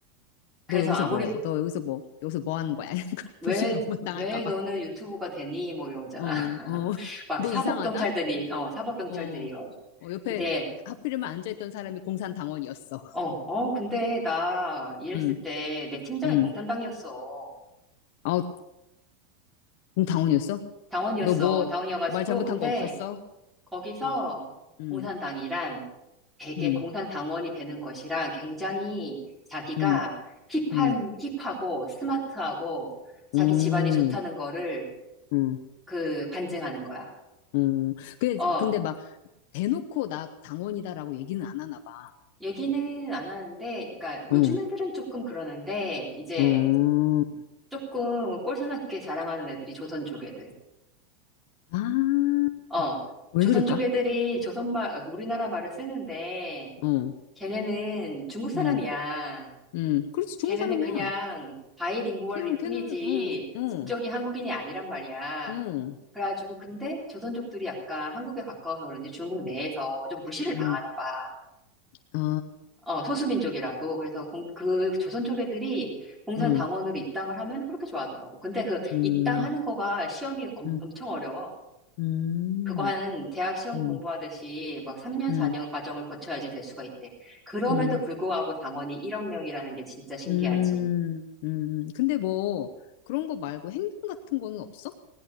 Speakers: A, in the centre; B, on the left.
A: 그래서
B: 너 여기서
A: 아무리
B: 뭐 해? 너 여기서 뭐, 여기서 뭐 하는 거야? <laughs>
A: 왜,
B: 불신검문
A: 왜
B: 당할까 봐.
A: 너는 유튜브가 되니? 뭐 이런 거잖아.
B: 어,
A: <laughs>
B: 어, <laughs>
A: 막
B: 너
A: 사복
B: 이상하다?
A: 경찰들이,
B: 그래서,
A: 어, 사복 경찰들이
B: 어,
A: 와가지고.
B: 어, 옆에
A: 근데,
B: 하필이면 앉아있던 사람이 공산당원이었어.
A: 어, 어, 근데 나 일했을
B: 응,
A: 때 내 팀장이
B: 응.
A: 공산당이었어.
B: 아, 공당원이었어?
A: 당원이었어.
B: 너 뭐,
A: 당원이어가지고.
B: 말 잘못한
A: 근데
B: 거 없었어?
A: 거기서
B: 응, 응,
A: 공산당이란 되게
B: 응,
A: 공산당원이 되는 것이랑 굉장히 자기가
B: 응,
A: 힙한,
B: 응,
A: 힙하고 스마트하고 자기
B: 응,
A: 집안이 좋다는 거를
B: 응,
A: 그 반증하는 거야.
B: 응. 근데,
A: 어,
B: 근데 막, 대놓고 나 당원이다라고 얘기는 안 하나 봐.
A: 얘기는 안 하는데, 그러니까 요즘
B: 응,
A: 애들은 조금 그러는데, 이제
B: 응.
A: 조금 꼴사납게 자랑하는 애들이 조선 족 애들.
B: 아,
A: 어,
B: 왜
A: 조선
B: 그럴까?
A: 족 애들이 조선말, 우리나라 말을 쓰는데,
B: 응,
A: 걔네는 중국 사람이야.
B: 응. 음, 그렇지, 좋은
A: 걔네는
B: 사람이야.
A: 그냥 바이링구얼일
B: 걔는, 걔는,
A: 뿐이지,
B: 응, 응,
A: 국적이 한국인이 아니란 말이야.
B: 응,
A: 그래가지고, 근데 조선족들이 약간 한국에 가까워서 그런지 중국 내에서 좀 무시를
B: 응.
A: 당하나 봐.
B: 아,
A: 어, 소수민족이라고. 그래서 공, 그 조선 쪽 애들이 공산당원으로
B: 응,
A: 입당을 하면 그렇게 좋아하더라고. 근데 그
B: 음,
A: 입당하는 거가 시험이 엄,
B: 음,
A: 엄청 어려워.
B: 음,
A: 그거 한 대학 시험
B: 음,
A: 공부하듯이 막 3년,
B: 음,
A: 4년 과정을 거쳐야지 될 수가 있대. 그럼에도
B: 음,
A: 불구하고 당원이 1억 명이라는 게 진짜 신기하지.
B: 음, 음. 근데 뭐, 그런 거 말고 행동 같은 거는 없어?